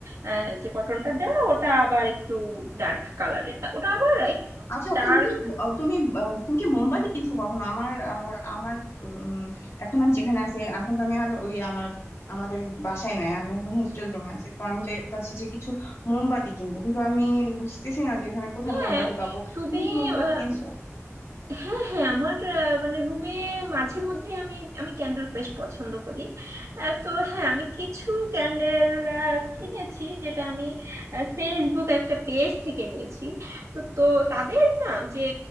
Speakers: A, on the right; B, on the left.
A: আহ যে কটনটা দেওয়া ওটা আবার একটু ডার্ক কালারের ওটা আবার একটু
B: আচ্ছা
A: ডার্ক
B: তুমি কি আহ, তুমি আহ, তুমি কি মোমবাতি কিনছো কখনো আমার আর আমার উম, এখন আমি যেখানে আছি এখন তো আমি আর ওই আমার আমাদের বাসায় নাই আমি এখন হোস্টেল রুমে আছি তো আমি চাই- চাচ্ছি যে কিছু মোমবাতি কিনবো কিন্তু আমি বুঝতেছি না যে এখানে কোথায়
A: হ্যাঁ
B: মোমবাতি পাবো
A: তুমি
B: তুমি কি মোমবাতি
A: আহ,
B: কিনছো
A: হ্যাঁ হ্যাঁ আমার আহ, মানে রুমে মাঝে মধ্যে আমি আমি ক্যান্ডেল বেশ পছন্দ করি আহ, তো হ্যাঁ আমি কিছু ক্যান্ডেল কিনেছি যেটা আমি আহ, ফেসবুক একটা পেজ থেকে নিয়েছি তো তো তাদের না যে